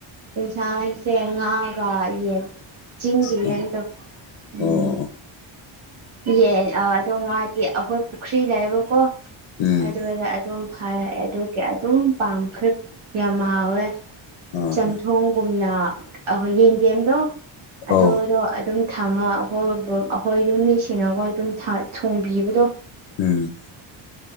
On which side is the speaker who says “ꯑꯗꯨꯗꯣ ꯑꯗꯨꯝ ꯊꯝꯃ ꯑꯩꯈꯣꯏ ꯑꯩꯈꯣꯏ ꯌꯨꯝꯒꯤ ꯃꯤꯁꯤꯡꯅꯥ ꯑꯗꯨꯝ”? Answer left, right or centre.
Right